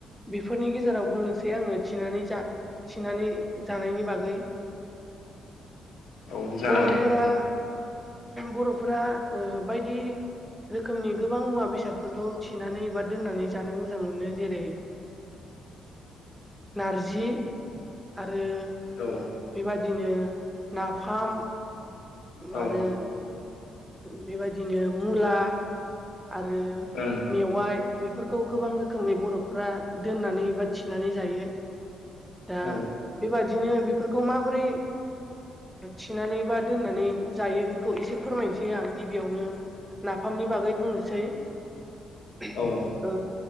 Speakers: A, in the centre; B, on the left (about 70°).
A: बेफोरनि गेजेराव बुंनोसै आङो थिनानै जा थिनानै जानायनि बागै
B: औ जागोन
A: बर'फोरा
B: दे
A: बर'फोरा ओ बायदि रोखोमनि गोबां मुवा बेसादखौबा थिनानै एबा दोननानै जानो मोजां मोनो जेरै नारजि ओ आरो
B: औ
A: बेबादिनो नाफाम
B: औ
A: आरो
B: ओं
A: बेबायदिनो मुला आरो
B: औ
A: मेवाइ बेफोरखौ गोबां रोखोमै बर'फोरा दोननानै बा थिनानै जायो दा
B: औ
A: बेबादिनो बेफोरखौ माबोरै थिनानै बा दोननानै जायो बेखौ एसे फोरमायनोसै आं गिबियावनो नाफामनि बागै बुंनोसै <inaudible>
B: औ
A: ओ